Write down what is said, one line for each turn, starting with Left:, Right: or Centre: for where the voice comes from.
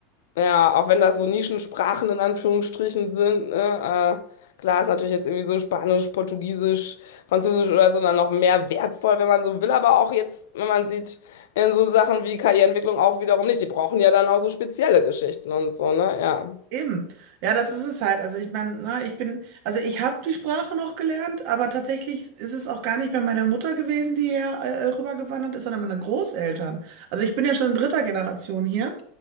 Left: ja, auch wenn das so Nischensprachen in Anführungsstrichen sind, ne? Äh, klar ist natürlich jetzt irgendwie so Spanisch, Portugiesisch, Französisch oder so dann noch mehr wertvoll, wenn man so will. Aber auch jetzt, wenn man sieht, in so Sachen wie KI-Entwicklung auch wiederum nicht. Die brauchen ja dann auch so spezielle Geschichten und so, ne? Ja.
Right: Eben. Ja, das ist es halt. Also ich meine, ne, ich bin, also ich habe die Sprache noch gelernt, aber tatsächlich ist es auch gar nicht mehr meine Mutter gewesen, die hier äh, rübergewandert ist, sondern meine Großeltern. Also ich bin ja schon in dritter Generation hier.